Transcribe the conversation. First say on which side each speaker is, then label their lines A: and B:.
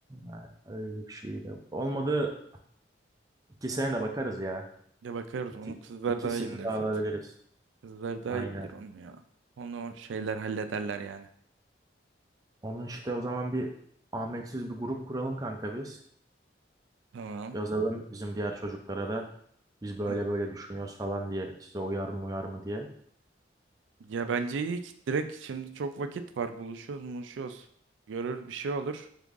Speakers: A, on the right; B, on the right.
A: Ha, öyle bir şey de. Olmadı ikisine de bakarız ya.
B: Ya bakarız
A: İki,
B: onu kızlar
A: ikisini
B: daha iyi bilir
A: de
B: zaten.
A: alabiliriz.
B: Kızlar daha
A: Aynen.
B: iyi bilir onu ya. Onu şeyler hallederler yani.
A: Onun işte o zaman bir Ahmetsiz bir grup kuralım kanka biz.
B: Tamam.
A: Yazalım bizim diğer çocuklara da biz böyle
B: Ha.
A: böyle düşünüyoruz falan diye. Size uyar mı uyar mı diye.
B: Ya bence iyi ki direkt şimdi çok vakit var. Buluşuyoruz, buluşuyoruz. Görür bir şey olur.